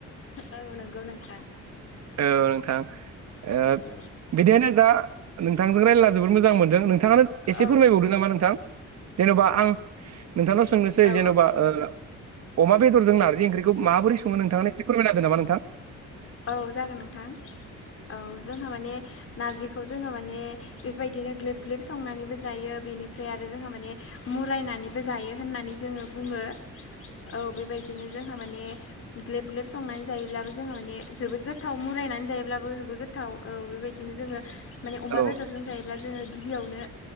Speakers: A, on the left; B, on the right.
A: औ नंगौ नोंथां
B: औ नोंथां ओ
A: औ
B: बिदिहायनो दा नोंथांजों रायलाना जोबोद मोजां मोनदों नोंथां नोंथाङानो एसे
A: औ
B: फोरमायबावदो नामा नोंथां जेन'बा आं नोंथांनाव सोंनोसै
A: औ
B: जेन'बा अमा बेदरजों नारजि ओंख्रिखौ माबोरै सङो नोंथांनो एसे फोरमायना होदो नामा नोंथां
A: औ जागोन नोंथां औ जोंहा माने नारजिखौ जोहा माने बेबायदिनो ग्लेब ग्लेब संनानैबो जायो बेनिफ्राय आरो जोंहा माने मुरायनानैबो जायो होननानै जोङो बुङो औ बेबायदिनो जोंहा माने ग्लेब ग्लेब संनानै जायोब्लाबो जोंहा माने जोबोद गोथाव मुरायनानै जायोब्लाबो जोबोद गोथाव औ बेबायदिनो जोङो माने अमा
B: औ
A: बेदरजों जायो ब्ला जोङो गिबियावनो